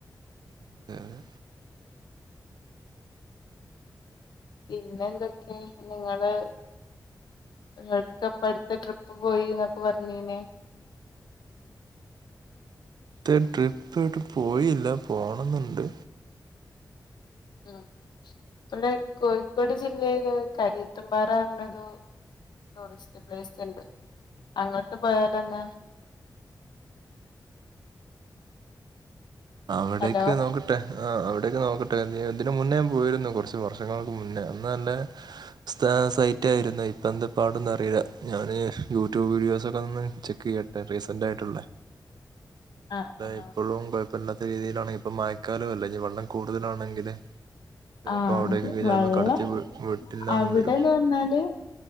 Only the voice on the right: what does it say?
അതെ അതെ
ത്ത് ട്രിപ്പ്ട്ട് പോയില്ല പോണംന്ന്ണ്ട്
അവിടേക്ക്
നോക്കട്ട് ട്ടെ ആ അവിടേക്ക് നോക്കട്ടെ <unintelligible> ഇതിന് മുന്നേ ഞാൻ പോയിരുന്നു കുറച്ച് വർഷങ്ങൾക്ക് മുന്നേ അന്നനല്ലേ സ്ഥാ സൈറ്റായിരുന്നു ഇപ്പന്താ പാടൊന്നു അറിയില്ല ഞാന് യൂട്യൂബ് വീഡിയോസൊക്കൊന്ന് ചെക്ക് ചെയ്യട്ട് റീസെന്റ് ആയിട്ടുള്ള
താ
ഇപ്പോഴുംപെർ പ്പന്നത്തെ രീതിയിലാണെങ്കിപ്പോ മയക്കാലോ അല്ലെ ഇഞ്ഞി വെള്ളം കൂടുതലാണെങ്കില് ചിലപ്പോ
അവിടേക്കൊക്കെ
ചിലപ്പോ
കടത്തി വിട്ടില്ലാന്ന്
വരും